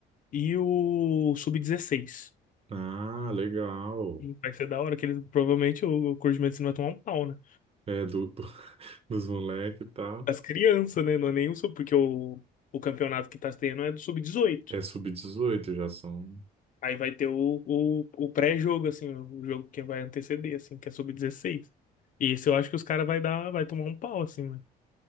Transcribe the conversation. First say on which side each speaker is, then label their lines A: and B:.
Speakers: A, on the left (about 50°); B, on the right (about 35°).
A: e o sub dezesseis.
B: Ah, legal.
A: Vai ser da hora que eles, provavelmente o curso de medicina vai tomar um pau, né?
B: É, do, do- <laughs> dos moleques e tal.
A: das crianças, né? Não é nenhum sub, porque o, o campeonato que tá tendo é do sub-18.
B: É sub dezoito, já são.
A: Aí vai ter o, o, o pré-jogo, assim, o jogo que vai anteceder, assim, que é sub-16. E esse eu acho que os caras vai dar, vai tomar um pau, assim, né?